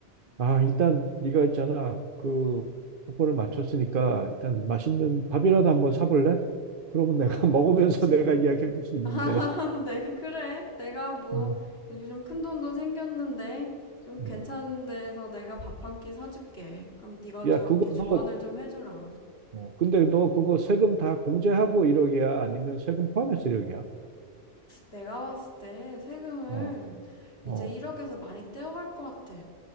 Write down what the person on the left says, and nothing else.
아,
좋지.
아, <laughs> 네, 그래. 내가 뭐,
여기 좀 큰 돈도 생겼는데, 좀 괜찮은
데서 내가 밥 한 끼 사줄게. 그럼 네가
좀
이렇게 조언을
좀 해주라.
내가 봤을 때 세금을
이제
1억에서 많이 떼어갈 것 같아.